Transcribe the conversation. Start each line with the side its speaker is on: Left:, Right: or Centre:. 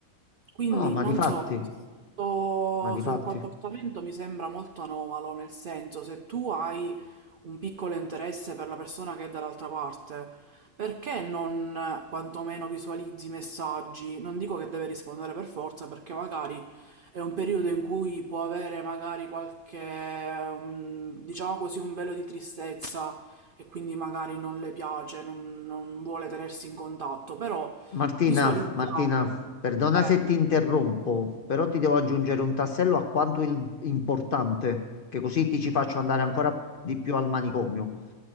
Right: Quindi
Left: No, ma
Right: non
Left: di fatti,
Right: so, questo
Left: ma di
Right: suo
Left: fatti.
Right: comportamento mi sembra molto anomalo, nel senso se tu hai un piccolo interesse per la persona che è dall'altra parte, perché non eh, quantomeno visualizzi i messaggi? Non dico che deve rispondere per forza, perché magari è un periodo in cui può avere magari qualche, mhmm, diciamo così, un velo di tristezza e quindi magari non le piace, non non vuole tenersi in contatto, però
Left: Martina,
Right: visualizzare
Left: Martina, perdona
Right: eh,
Left: se ti interrompo, però ti devo aggiungere un tassello a quanto il- importante, che così ti ci faccio andare ancora
Right: sì,
Left: di più al manicomio.